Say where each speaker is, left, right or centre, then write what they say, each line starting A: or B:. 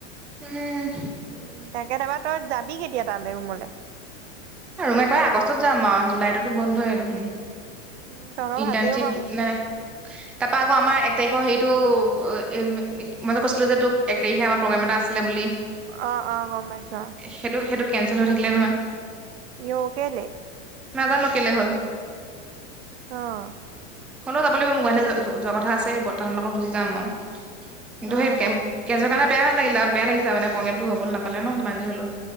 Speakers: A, in the centre; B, on the right.
A: হম
B: উম তাকে তাৰপৰা তই যাবি কেতিয়া তালৈ ৰুমলৈ
A: আৰু মই কয় আগষ্টত যাম আৰু জুলাইততো বন্ধ হয়ে দেখোন
B: উম তহঁতৰ
A: ইণ্টাৰনশ্বিপ
B: ভালেই হ'ব
A: নাই তাৰ পৰা আকৌ আমাৰ এক তাৰিখৰ হেইটো মই যে কৈছিলো যে তোক এক তাৰিখে আমাৰ প্ৰগ্ৰেম এটা আছিলে বুলি
B: আহ অ গম পাইছো
A: সেইটো সেইটো কেনচেল হৈ থাকিলে নহয়
B: ইও কেলে
A: নাজানো কেলে হল
B: অ
A: শুনো যাব লাগিব মোৰ এতে যোৱা কথা আছে বৰ্তমান লগত গুজি যাম আৰু কিন্তু
B: অ
A: সেই কেঞ্চেল
B: অ
A: কাৰণে বেয়া লাগিলে আও বেয়া লাগিছে মানে প্ৰগেমটো হ'ব নাপালে ন সিমান যি হলো